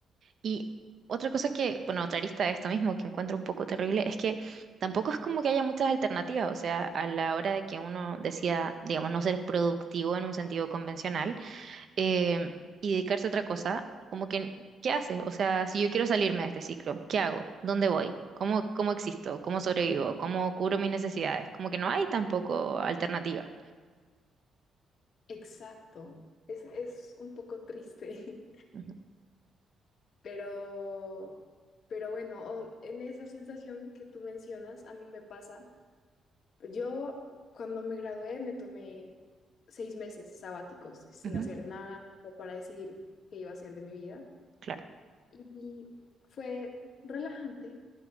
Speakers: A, on the right (about 55°); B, on the left (about 55°).
A: Y otra cosa que, bueno, otra arista de esto mismo que encuentro un poco terrible es que tampoco es como que haya muchas alternativas, o sea, a la hora de que uno decida, digamos, no ser productivo en un sentido convencional eh, y dedicarse a otra cosa, como que, ¿qué hace? O sea, si yo quiero salirme de este ciclo, ¿qué hago? ¿Dónde voy? ¿Cómo, cómo existo? ¿Cómo sobrevivo? ¿Cómo cubro mis necesidades? Como que no hay tampoco alternativa.
B: Exacto. Es, es un poco triste,
A: Ujú,
B: <laughs> pero, pero bueno, o- en esa sensación que tú mencionas, a mí me pasa Yo cuando me gradué me tomé seis meses sabáticos sin
A: ujú,
B: hacer nada o para decidir qué iba a hacer de mi vida.
A: claro.
B: Y fue relajante,